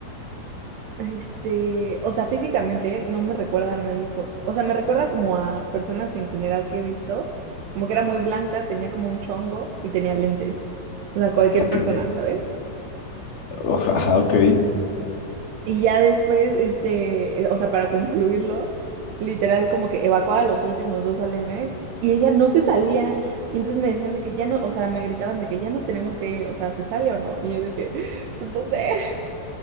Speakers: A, on the right (about 80°); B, on the left (about 65°).
A: Este, o sea, físicamente no me recuerda a nadie. co- O sea, me recuerda como a personas en general que he visto. Como que era muy blanca, tenía como un chongo y tenía lentes. O sea, cualquier
B: Ok.
A: persona, ¿sabes?
B: o- Ajá, ok.
A: Y ya después, este, eh, o sea, para concluirlo, literal como que evacuaba los últimos dos salones y ella no se salía. Y entonces me decían de que ya no, o sea, me gritaban de que ya nos tenemos que ir, o sea, ¿se sale o no? Y yo de que, <laughs> pues no sé. <laughs>